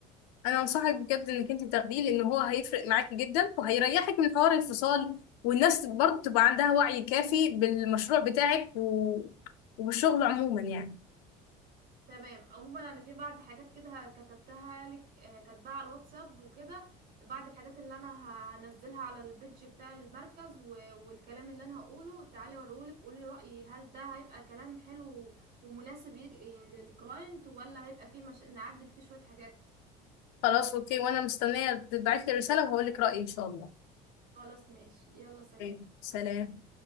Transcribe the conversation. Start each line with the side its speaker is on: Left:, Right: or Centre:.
Left: انا انصحك بجد انك انت تاخديه لان هو هيفرق معاكي جدا وهيريحك من حوار الفصال والناس برضه تبقى عندها وعي كافي بالمشروع بتاعك و... وبالشغل عموما يعني
Right: تمام عموما انا في بعض حاجات كده كتبتها لك آه، كاتباها على الواتساب وكده بعض الحاجات اللي انا ه- هنزلها على البيدج بتاع المركز و- والكلام اللي انا هقوله تعالي اوريهولك قولي رأيي هل ده هيبقى كلام حلو ومناسب يج- للكلاينت ولا هيبقى فيه مش... نعدل فيه شوية حاجات
Left: خلاص اوكي وانا مستنيه تبعت لي رساله وهقول لك رايي ان شاء الله
Right: خلاص ماشي يلا سلام
Left: أوكي، سلام